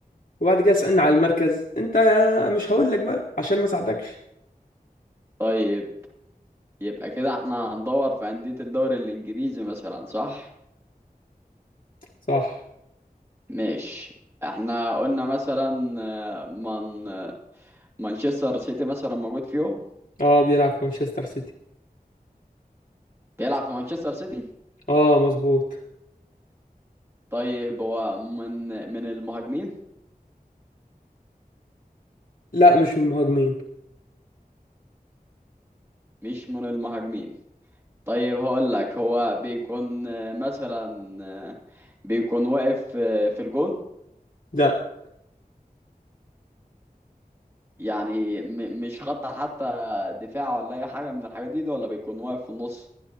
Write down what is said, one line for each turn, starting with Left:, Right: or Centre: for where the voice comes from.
Left: وبعد كده اسالنا على المركز انت مش هقول لك بقى عشان ما ساعدكش
Right: طيب يبقى كده احنا هندور في أندية الدوري الإنجليزي مثلا صح؟
Left: صح
Right: ماشي احنا قلنا مثلا آه، من آه، مانشستر سيتي مثلا موجود فيهم
Left: اه بيلعب في مانشستر سيتي
Right: بيلعب في مانشستر سيتي
Left: اه مظبوط
Right: طيب هو من من المهاجمين
Left: لا مش من المهاجمين
Right: مش من المهاجمين طيب هقول لك هو بيكون آه، مثلا آه، بيكون واقف آه، في الجون
Left: لا
Right: يعني م- مش خط حتى دفاع ولا أي حاجة من الحاجات دي ده ولا بيكون واقف في النص